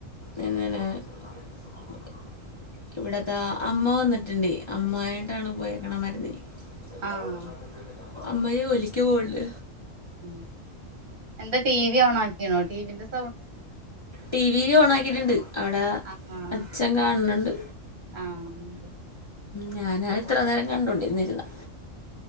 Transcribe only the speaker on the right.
ആഹ്
ഉഎന്താ ടി വി ഓണ ആ ണാ
ആഹ്
ആഹ്